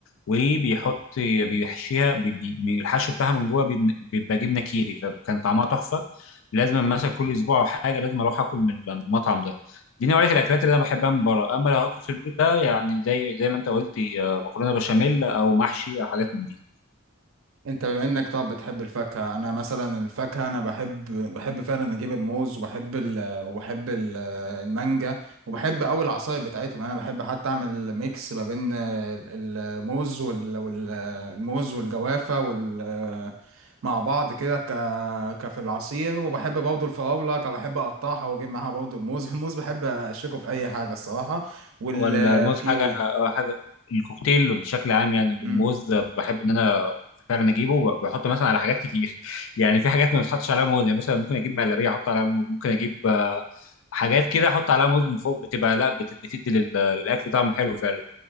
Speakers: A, on the left (about 65°); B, on the right (about 65°).
A: وبيحط بيحشيها بي... بي... الحشو بتاعها من جوه بيبن- بيبقى جبنه كيري فكان طعمها تحفه لازم مثلا كل اسبوع او حاجه لازم اروح اكل من ال- من المطعم ده دي نوعيه الاكلات اللي انا بحبها من بره اما لو اكل في البيت ده يعني زي زي ما انت قلت آه، مكرونه بشاميل او محشي او حاجات من دي
B: انت بما انك طب بتحب الفاكهة انا مثلا الفاكهة انا بحب بحب فعلا اجيب الموز وبحب ال... وبحب ال... المانجا وبحب اوي العصاير بتاعتهم يعني انا بحب حتى اعمل ميكس ما بين ال- الموز وال... وال... الموز والجوافة وال... مع بعض كده ك... كفي العصير وبحب برضه الفراولة بحب اقطعها واجيب معاها برضه الموز <laughs> الموز بحب اشيكه في اي حاجة الصراحة والكيوي
A: ولا الموز حاجه آه، حاجه الكوكتيل بشكل عام يعني
B: مم.
A: الموز بحب ان انا فعلا اجيبه وب- بحطه مثلا على حاجات كتير <laughs> يعني في حاجات ما بتحطش عليها موز يعني مثلا ممكن اجيب مهلبيه احط عليها موز ممكن اجيب آه، حاجات كده احط عليها موز من فوق بتبقى لا بت- بتدي لل- للاكل طعم حلو فعلا